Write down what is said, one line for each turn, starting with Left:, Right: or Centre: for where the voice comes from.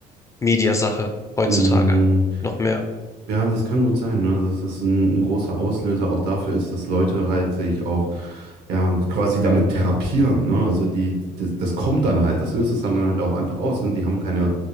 Left: Mediasache heutzutage
Right: Mm,
Left: noch mehr.
Right: Ja, das kann gut sein, ne? dass das ein, ein großer Auslöser auch dafür ist, dass Leute halt sich auch ja quasi damit therapieren. Ne? Also die, das, das kommt dann halt, das löst es dann halt auch einfach aus. Ne? Die haben keine,